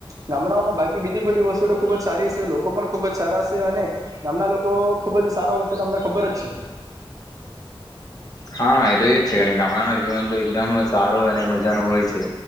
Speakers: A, on the right; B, on the left.
A: ગામડાઓમાં બાકી બીજી બધી વસ્તુ તો ખુબ જ સારી છે લોકો પણ ખુબ જ સારા છે અને ગામડા લોકો ખુબ જ સારો તમને ખબર જ છે.
B: હા એ તો એ જ છે કારણ કે ગામડાનું જીવન તો એકદમ સારું અને મજા ન હોય છે